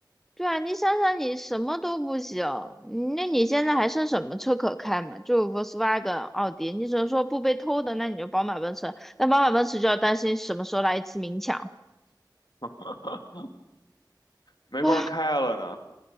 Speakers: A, in the centre; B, on the left.
A: 对啊，你想想，你什么都不行，嗯那你现在还剩什么车可开嘛？就 Volkswagen、奥迪，你只能说不被偷的，那你就宝马、奔驰。那宝马、奔驰就要担心什么时候来一次明抢，
B: <laughs> 没法开了呢。
A: 哇，